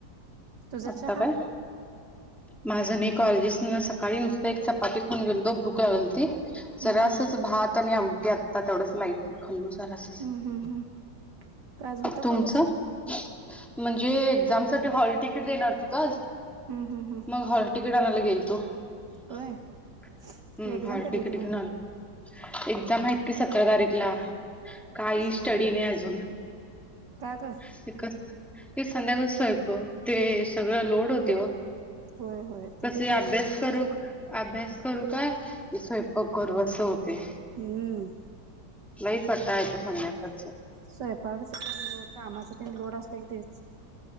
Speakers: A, on the right; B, in the centre.
A: तुझा
B: आत्ता
A: चहा.
B: काय माझं नाही. कॉलेजेसन सकाळी नुसतं, एक चपाती खाऊन गेलतो. भूक लागलती. जरा
A: हम्म
B: असचं,
A: हम्म
B: भात आणि आमटी आत्ता. तेवढंच लाईट खाल्लं जरासंच.
A: हम्म हम्म हम्म काय आज होतं
B: तुमचं?
A: कॉलेज
B: म्हणजे एक्झामसाठी, हॉलतिकीट देणार होती का? आज.
A: हम्, हम्.
B: मग हॉल तिकीट आणायला गेलतो.
A: होय
B: हम्,
A: एक्झाम
B: हॉल
A: कधी
B: तिकीट
A: आहेत मग
B: घेऊन आलो. एक्झाम हाईत कि, सतरा तारीखला. काही
A: सतरा
B: स्टडी नाही अजून.
A: का, गं.
B: <unintelligible> ते संध्याकाळचं स्वयंपाक. ते सगळं लोड होते ओ.
A: होय होय ते
B: कस,
A: तर
B: हे
A: हाय
B: अभ्यास
A: सोड खरं
B: करू क अभ्यास करू? का, स्वयंपाक करू? असं होते.
A: हम्म
B: लई कटाळा येत संध्याकाळचं.
A: स्वयंपाक असं <unintelligible> कामाच तेन लोड असल कि तेच